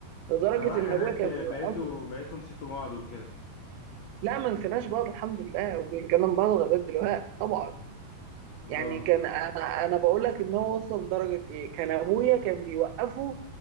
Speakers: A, on the right; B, on the left.
A: لدرجه
B: فراح
A: ان
B: هناك
A: ابويا كان
B: بقيتوا
A: بيوقف
B: بقيتوا نسيتوا بعض وكده
A: لا ما نسيناش بعض الحمد لله وبنكلم بعض لغايه دلوقتي طبعا
B: اه
A: يعني كان انا انا بقول لك ان هو وصل لدرجه ايه كان ابويا كان بيوقفه